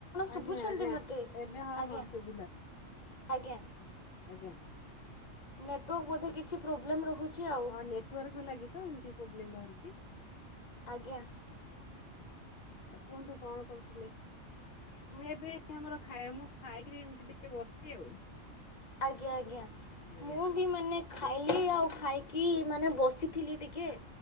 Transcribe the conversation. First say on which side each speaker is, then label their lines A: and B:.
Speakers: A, on the left; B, on the left.
A: ଆଜ୍ଞା
B: ଶୁଭୁଛନ୍ତି
A: ଆଜ୍ଞା
B: ମୋତେ
A: ଏବେ ହଁ
B: ଆଜ୍ଞା
A: ହଁ ଶୁଭିଲା।
B: ଆଜ୍ଞା।
A: ଆଜ୍ଞା।
B: ନେଟୱାର୍କ ବୋଧେ କିଛି ପ୍ରୋବ୍ଲେମ୍ ରହୁଛି ଆଉ
A: ହଁ ନେଟୱାର୍କ ଲାଗି ତ ଏମିତି ପ୍ରୋବ୍ଲେମ୍ ବାହାରୁଛି।
B: ଆଜ୍ଞା।
A: ଆଉ କୁହନ୍ତୁ କଣ କରୁଥିଲେ। ମୁଁ ଏବେ ଆମର ଖାଇ ମୁଁ ଖାଇକିରି ଏମିତି ଟିକେ ବସିଛି ଆଉ-
B: ଆଜ୍ଞା ଆଜ୍ଞା
A: ଆଜ୍ଞା
B: ମୁଁ ବି ମାନେ ଖାଇଲି ଆଉ ଖାଇକି ମାନେ ବସିଥିଲି ଟିକେ